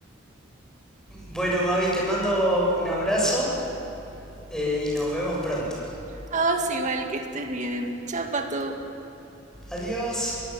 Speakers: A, in the centre; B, on the right.
A: Bueno, Babi, te mando un abrazo eh, y nos vemos pronto.
B: Ah, sí, igual que estés bien. Chao, pato.
A: Adiós.